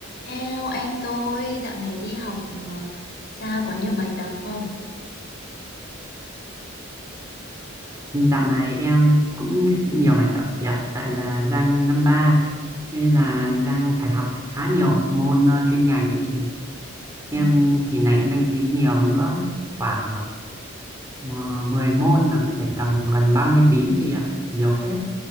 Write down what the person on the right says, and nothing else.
Dạo này em cũng nhiều bài tập chị ạ, tại là đang năm ba nên là đang phải học khá nhiều môn ờ, chuyên ngành ấy chị. Em
kỳ này cũng đăng ký nhiều nữa, khoảng uh, 10 môn là cũng phải tầm gần 30 tín chị ạ, nhiều phết.